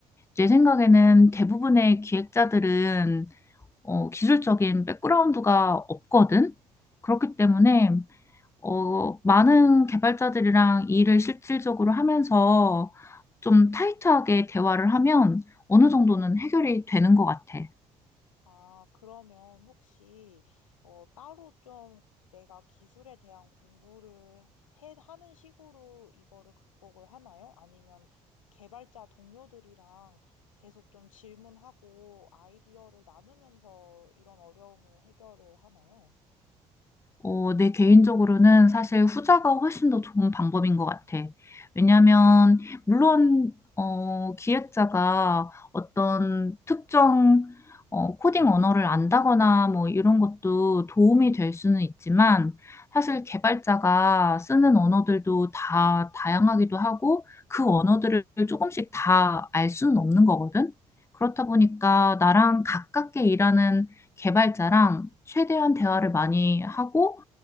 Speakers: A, on the left; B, on the left.
A: 내 생각에는 대부분의 기획자들은 어, 기술적인 백그라운드가 없거든? 그렇기 때문에 어, 많은 개발자들이랑 일을 실질적으로 하면서 좀 타이트하게 대화를 하면 어느 정도는 해결이 되는 것 같아.
B: 아, 그러면 혹시, 어, 따로 좀 내가 기술에 대한 공부를 해, 하는 식으로 이거를 극복을 하나요? 아니면 개발자 동료들이랑 계속 좀 질문하고 아이디어를 나누면서 이런 어려움을 해결을 하나요?
A: 어, 내 개인적으로는 사실 후자가 훨씬 더 좋은 방법인 것 같아. 왜냐하면 물론 어, 기획자가 어떤 특정 어, 코딩 언어를 안다거나 뭐 이런 것도 도움이 될 수는 있지만 사실 개발자가 쓰는 언어들도 다 다양하기도 하고 그 언어들을 조금씩 다 알 수는 없는 거거든. 그렇다 보니까 나랑 가깝게 일하는 개발자랑 최대한 대화를 많이 하고